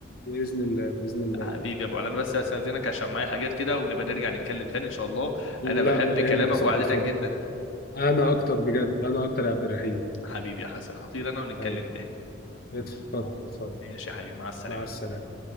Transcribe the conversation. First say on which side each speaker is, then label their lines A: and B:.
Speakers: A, on the left; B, on the left.
A: بإذن الله بإذن الله
B: حبيبي يا ابو علي انا بس هستاذنك عشان معايا حاجات كده ونبقى نرجع نتكلم تاني ان شاء الله انا بحب
A: لا ولا
B: كلامك
A: يهمك يا صاحبي
B: وقعدتك
A: اتفضل
B: جدا
A: أنا أكتر بجد أنا أكتر يا عبد الرحيم
B: حبيبي يا حسن هطير انا ونتكلم
A: حبيبي
B: تاني
A: اتفضل اتفضل
B: ماشي يا حبيبي مع السلامه
A: مع السلامة